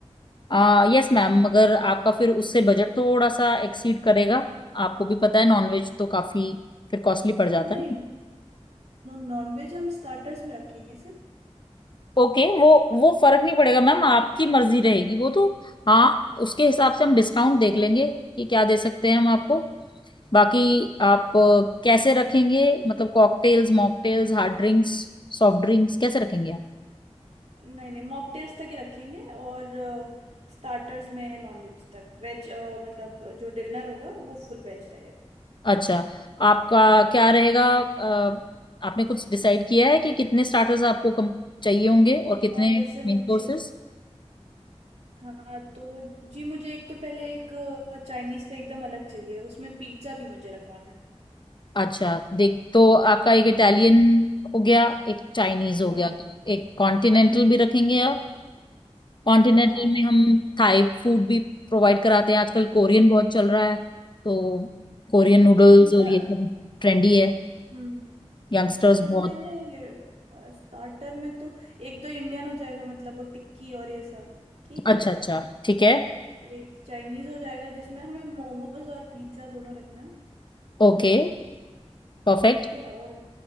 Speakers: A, on the left (about 45°); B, on the right (about 70°).
A: आ, यस मैम मगर आपका फिर उससे बजट थोड़ा सा एक्सीड करेगा आपको भी पता है नॉनवेज तो काफी फिर कॉस्टली पड़ जाता
B: तो नहीं
A: है
B: नॉनवेज हम स्टार्टर्स में रखेंगे सिर्फ
A: ओके वो वो फर्क नहीं पड़ेगा मैम आपकी मर्जी रहेगी वो तो हाँ उसके हिसाब से हम डिस्काउंट देख लेंगे कि क्या दे सकते हैं हम आपको बाकी आप अ, कैसे रखेंगे मतलब cocktails mocktails hard drinks soft drinks कैसे रखेंगे
B: नहीं नहीं मॉकटेल्स तक ही रखेंगे और स्टार्टर्स में नॉनवेज तक वेज मतलब जो डिनर होगा वो फुल वेज रहेगा
A: अच्छा आपका क्या रहेगा अ, आपने कुछ डिसाइड किया है कि कितने स्टार्टर्स आपको कम चाहिए होंगे और कितने
B: हाँ जैसे मुझे
A: मेन कोर्सेस
B: हाँ तो जी मुझे एक तो पहले एक चाइनीज का एकदम अलग चाहिए उसमें पिज्जा भी मुझे रखवाना है
A: अच्छा देख तो आपका एक इटालियन हो गया एक चाइनीज हो
B: हाँ
A: गया एक कॉन्टिनेंटल भी रखेंगे आप कॉन्टिनेंटल
B: हाँ हाँ
A: में हम थाई फूड भी प्रोवाइड कराते हैं आजकल कोरियन बहुत चल रहा है तो कोरियन नूडल्स
B: तो न- अ,
A: और ये सब ट्रेंडी है
B: हम्म
A: यंगस्टर्स
B: तो
A: बहुत
B: नहीं नहीं स्टार्टर में तो एक तो इंडियन हो जाएगा मतलब वो टिक्की और ये सब ठीक
A: अच्छा
B: है
A: अच्छा ठीक है
B: एक चाइनीज हो जाएगा जिसमें हमें मोमोज और पिज्जा दोनों रखना है
A: Okay perfect
B: ठीक है और